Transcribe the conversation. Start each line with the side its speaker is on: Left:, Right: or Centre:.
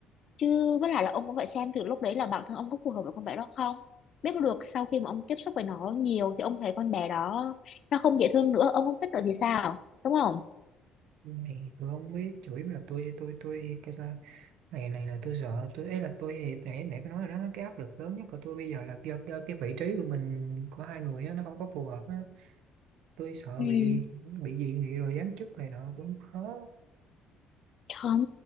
Left: chứ với lại là ông cũng phải xem từ lúc đấy là bản thân ông có phù hợp với con bé đó không biết được sau khi mà ông tiếp xúc với nó nhiều thì ông thấy con bé đó nó không dễ thương nữa ông không thích nữa thì sao đúng không
Right: này tôi không biết chủ yếu là tôi tôi tôi cái sao này này là tôi sợ tôi ấy là tôi thì nãy nãy có nói rồi đó cái áp lực lớn nhất của tôi bây giờ là do, do cái vị trí của mình của hai người á, nó không có phù hợp á tôi sợ
Left: ừ
Right: bị bị dị nghị rồi giám chức này nọ cũng khó
Left: không